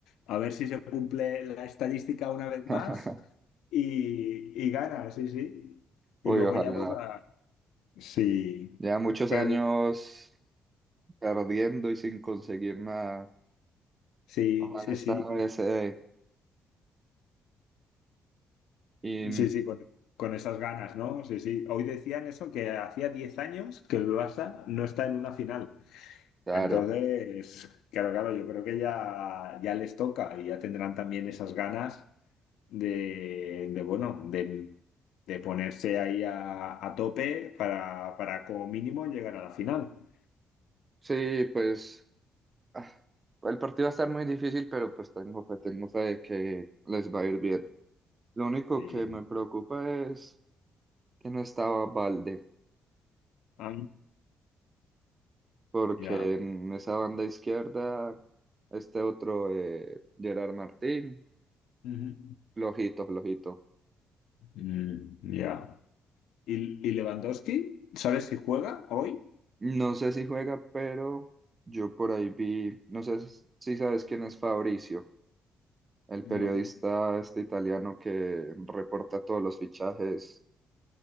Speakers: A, on the left (about 85°); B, on the right (about 30°).
A: a ver si se cumple la estadística una vez
B: <laughs>
A: más y, y gana, sí, sí.
B: Uy,
A: Y luego
B: ojalá.
A: ya, pues, a- sí,
B: Ya muchos
A: pero
B: años perdiendo y sin conseguir nada.
A: sí,
B: Ojalá
A: sí,
B: esta
A: sí.
B: vez se dé. Y
A: Sí, sí, con, con esas ganas, ¿no? Sí, sí. Hoy decían eso, que hacía 10 años que el Barça no está en una final.
B: claro.
A: Entonces, claro, claro, yo creo que ya, ya les toca y ya tendrán también esas ganas de, de, bueno, de, de ponerse ahí a, a tope para, para como mínimo llegar a la final.
B: Sí, pues. ah, el partido va a estar muy difícil, pero pues tengo fe, tengo fe de que les va a ir bien. Lo único
A: Sí.
B: que me preocupa es que no estaba Valde,
A: Ah,
B: porque
A: ya.
B: en esa banda izquierda, este otro, eh, Gerard Martín,
A: Ujú.
B: flojito, flojito.
A: Mm, ya. ¿Y, y Lewandowski? ¿Sabes si juega hoy?
B: No sé si juega, pero yo por ahí vi, no sé si sabes quién es Fabricio, el
A: No.
B: periodista este italiano que reporta todos los fichajes.